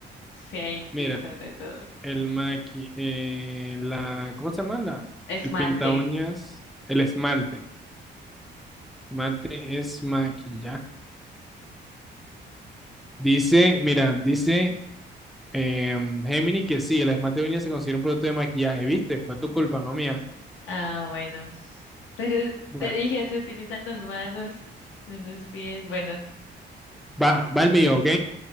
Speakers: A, on the left; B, in the centre.
A: Sí, ahí sí,
B: Mira,
A: sobre todo.
B: el maqui, eh, la, ¿cómo se llama? La,
A: Esmalte.
B: el pinta uñas, el esmalte. Esmalte es maquillaje. Dice, mira, dice Em, Gemini, que sí, el esmalte de uñas se considera un producto de maquillaje, ¿viste? Fue tu culpa, no mía.
A: Ah, bueno. Pero
B: Bueno,
A: te dije, se utilizan las manos, en los pies. Bueno,
B: va, va el mío, ¿ok?